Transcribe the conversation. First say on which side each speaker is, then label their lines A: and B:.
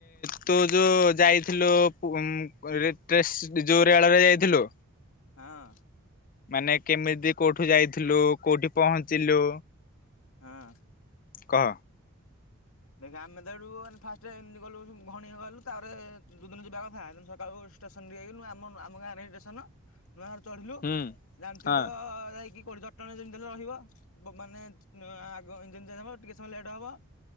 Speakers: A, on the left; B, on the left.
A: ତୁ ଯୋଉ ଯାଇଥିଲୁ ପୁ ଉଁ କ ରେ ଟେସ ଯ ରେଳ ରେ ଯାଇଥିଲୁ।
B: ହଁ।
A: ମାନେ କେମିତି କୋଉଠୁ ଯାଇଥିଲୁ କୋଉଠି ପହଞ୍ଚିଲୁ।
B: ହଁ।
A: କହ।
B: ଦେଖେ ଆମେ ତ ଏଠୁ ମାନେ ଫାଷ୍ଟରେ ଏମିତି ଗଲୁ ଘଣିଏ ଗଲୁ ତାପରେ ଯଉ ଦିନ ଯିବା କଥା ସେ ଦିନ ସକାଳୁ ଷ୍ଟେସନ ଏଇ ନୂଆ ଆମ ଆମ ଗାଁରେ ହିଁ ଷ୍ଟେସନ ନୂଆ ଗାଁରେ ଚଢିଲୁ
A: ହୁଁ।
B: ଜାଣିଥିବୁ
A: ହଁ
B: ତ ଯାଇକି। କଉଠି ଜଟଣୀରେ ଯେମିତି ହେଲେ ରହିବ ବୁ ମାନେ ନ ଆ-ଆଗ ଇଞ୍ଜିନ ଚେଞ୍ଜ ହବ ଟିକେ ସମୟ ଲେଟ ହବ।